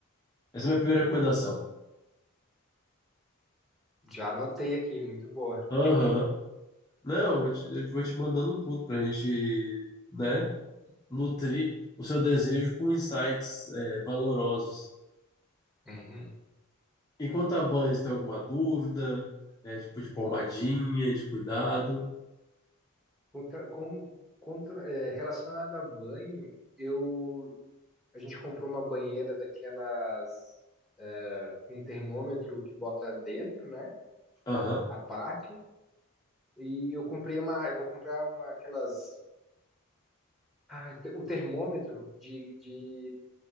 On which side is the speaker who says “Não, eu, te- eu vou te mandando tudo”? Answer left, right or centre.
Left